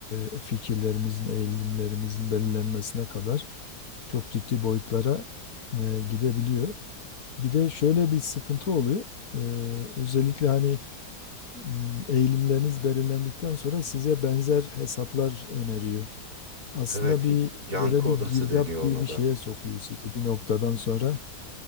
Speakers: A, on the left (about 55°); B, on the right (about 60°).
A: e, fikirlerimizin, eğilimlerimizin belirlenmesine kadar çok ciddi boyutlara e, gidebiliyor. Bir de şöyle bir sıkıntı oluyor. Ee, özellikle hani m, eğilimleriniz belirlendikten sonra size benzer hesaplar öneriyor. Aslında
B: Evet,
A: bir
B: y- yankı
A: böyle
B: odası
A: bir girdap
B: deniyor
A: gibi
B: ona
A: bir
B: da.
A: şeye sokuyor sizi bir noktadan sonra.